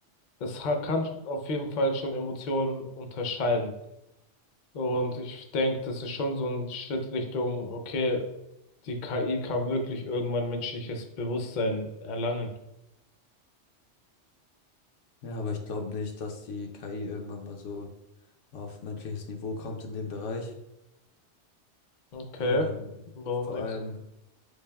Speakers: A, on the left; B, on the left.
A: es ha- kann auf jeden Fall schon Emotionen unterscheiden. Und ich denke, das ist schon so ein Schritt Richtung, okay, die KI kann wirklich irgendwann menschliches Bewusstsein erlangen.
B: Ja, aber ich glaube nicht, dass die KI irgendwann mal so auf menschliches Niveau kommt in dem Bereich.
A: Okay,
B: Ähm,
A: warum
B: vor
A: denkst
B: allem